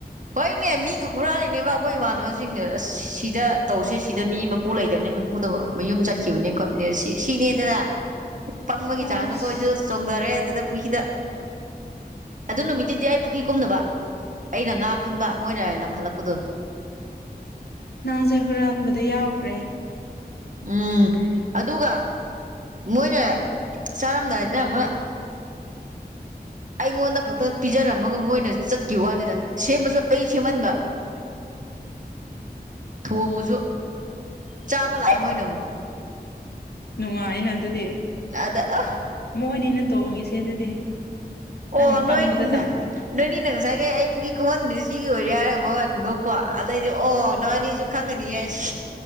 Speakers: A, on the right; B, on the left.
A: ꯍꯣꯏꯅꯦ ꯃꯤꯒ ꯍꯨꯔꯥ ꯂꯩꯅꯦꯕ ꯑꯩꯈꯣꯏ ꯏꯃꯥꯟꯅꯕꯁꯤꯡꯅꯦ ꯑꯁ ꯁꯤꯗ ꯇꯧꯁꯦ ꯁꯤꯗ ꯃꯤ ꯃꯄꯨ ꯂꯩꯇꯕꯅꯤ ꯃꯄꯨꯗ ꯃꯌꯨꯝ ꯆꯠꯈꯤꯕꯅꯦ ꯈꯣꯠꯄꯅꯦ ꯁꯤ ꯁꯤꯅꯦꯗꯅ ꯄꯪꯕꯒꯤ
B: ꯑꯣꯁ
A: ꯆꯥꯡꯗ ꯑꯩꯈꯣꯏꯁꯨ ꯆꯣꯡꯊꯔꯦ ꯑꯗꯨꯗ ꯄꯨꯗ ꯑꯗꯨ ꯅꯨꯃꯤꯠꯇꯨꯗꯤ ꯑꯩ ꯄꯨꯈ꯭ꯔꯤ ꯀꯨꯝꯗꯕ ꯑꯩꯅ ꯉꯥ ꯈꯨꯟꯕ ꯃꯣꯏꯅ ꯂꯪꯈꯠꯂꯛꯄꯗꯣ
B: ꯅꯪꯁꯦ ꯍꯨꯔꯥꯟꯕꯗ ꯌꯥꯎꯈ꯭ꯔꯦ
A: ꯎꯝ ꯑꯗꯨꯒ ꯃꯣꯏꯅ ꯆꯥꯔꯝꯗꯥꯏꯗꯅ ꯑꯃꯣꯏ ꯑꯩꯉꯣꯟꯗ ꯈꯛꯇ ꯄꯤꯖꯔꯝꯃꯒ ꯃꯣꯏꯅ ꯆꯠꯈꯤꯕ ꯋꯥꯅꯤꯅ ꯁꯦꯝꯃꯁꯨ ꯑꯩ ꯁꯦꯝꯃꯟꯕ <unintelligible> ꯊꯣꯡꯕꯁꯨ ꯆꯥꯕ ꯂꯥꯛꯑꯦ ꯃꯣꯏꯅ ꯑꯃꯨꯛ
B: ꯅꯨꯡꯉꯥꯏꯅ ꯑꯗꯨꯗꯤ
A: ꯑꯗ ꯑ
B: ꯃꯣꯏꯅꯤꯅ ꯇꯣꯡꯉꯤꯁꯦ ꯑꯗꯨꯗꯤ
A: ꯑꯣ
B: ꯅꯪꯅ ꯄꯪꯕꯗ
A: ꯅꯣꯏ
B: ꯇꯥꯕ
A: ꯅꯣꯏꯅꯤ ꯅꯖꯥꯏ ꯀ ꯀꯩ ꯑꯩ ꯄꯨꯒꯤ ꯀꯨꯝꯃꯟꯗꯨꯗꯤ ꯁꯤꯒꯤ ꯑꯣꯏꯔꯦ ꯍꯥꯏꯔꯒ ꯃꯕꯥꯅꯤ ꯅꯣꯛꯄ ꯑꯗꯩꯗꯤ ꯑꯣ ꯅꯕꯥꯅꯤꯁꯨ ꯈꯪꯉꯅꯤꯉꯥꯏꯁꯤ